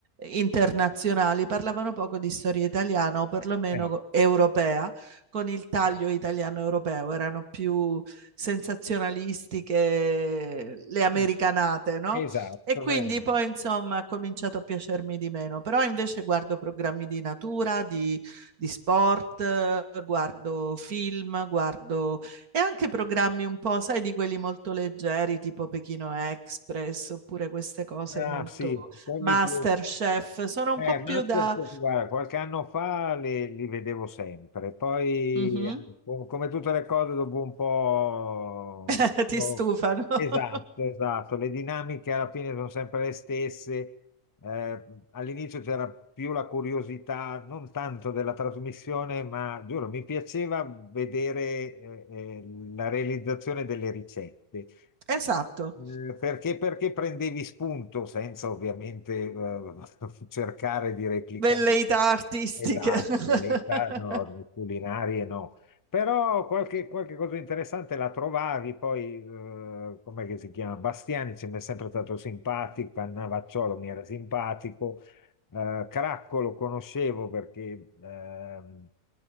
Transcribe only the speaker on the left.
Eh,
sì,
Esatto.
eh.
Ah,
sì, quelli
più.
Eh,
Masters,
guarda, qualche anno fa li, li vedevo sempre, poi
eh, co- come tutte le cose dopo un po'...
visto-
Esatto, esatto, le dinamiche alla fine sono sempre le stesse. Eh, all'inizio c'era più la curiosità, non tanto della trasmissione, ma giuro, mi piaceva vedere eh, eh, la realizzazione delle ricette.
Eh, Perché, perché prendevi spunto senza ovviamente eh, <laughs> cercare di replicare
esatto,
l'età no, culinarie no, però qualche, qualche cosa interessante la trovavi, poi eh, com'è che si chiama? Bastiani ci mi è sempre stato simpatico, Cannavacciolo mi era simpatico, eh, Cracco lo conoscevo perché ehm,